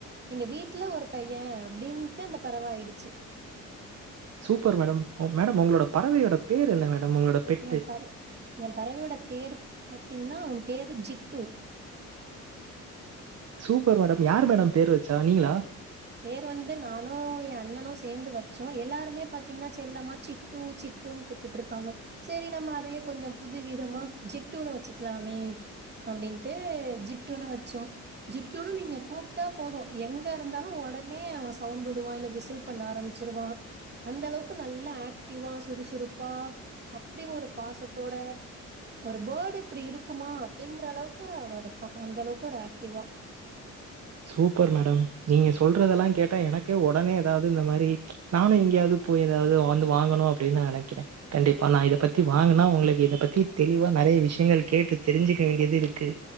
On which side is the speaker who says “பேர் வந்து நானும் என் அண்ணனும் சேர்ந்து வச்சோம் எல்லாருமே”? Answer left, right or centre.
Right